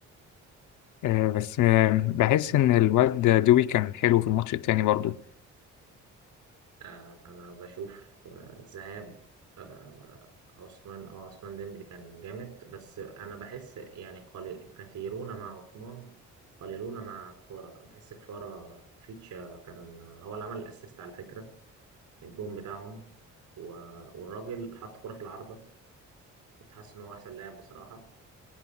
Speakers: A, on the left (about 80°); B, on the right (about 80°).
A: آه، بس آه، بحس إن الواد دوي كان حلو في الماتش التاني برضه
B: آه، انا بشوف آه، ذهاب آه، عثمان اه عثمان ديمبلي كان جامد بس انا بحس يعني قلي- كثيرون مع عثمان قليلون مع كفارة أنا بحس كفارة فيتشا كان هو اللي عمل الاسيست على فكرة الجون بتاعهم و- والراجل حط كرة في العارضة كنت حاسس ان هو احسن لاعب بصراحة